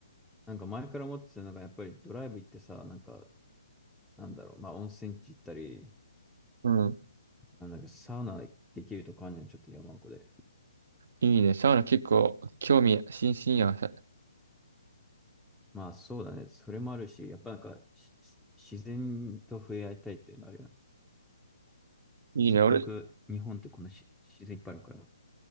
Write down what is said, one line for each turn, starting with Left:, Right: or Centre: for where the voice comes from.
Centre: なんか前から思ってたのがやっぱりドライブ行ってさ、なんか、なんだろう、まあ温泉地行ったり、
Right: うん。
Centre: なんだっけ、サウナできるとこあんじゃん、ちょっと山奥で。
Right: いいね。サウナ結構興味津々やん。さ
Centre: まあそうだね。それもあるし、やっぱなんかしし自然と触れ合いたいっていうのあるよね。
Right: いいね。
Centre: せっかく日本ってこのし自然いっぱいあるから。
Right: 俺、